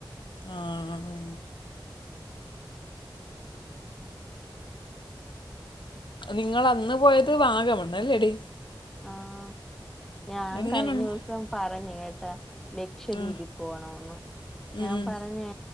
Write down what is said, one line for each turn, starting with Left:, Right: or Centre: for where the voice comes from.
Left: ആഹ് നിങ്ങെള് അന്ന് പോയത് വാഗമണ്ണ് അല്ലെടി?
Centre: ആഹ് ഞാൻ
Left: എങ്ങനുണ്ട്
Centre: കഴിഞ്ഞവസം പറഞ്ഞു കേട്ടാ. ലക്ഷദ്വീപി
Left: ആ.
Centre: പോണോന്ന്.
Left: ഉം
Centre: ഞാൻ
Left: ഉം.
Centre: പറഞ്ഞ്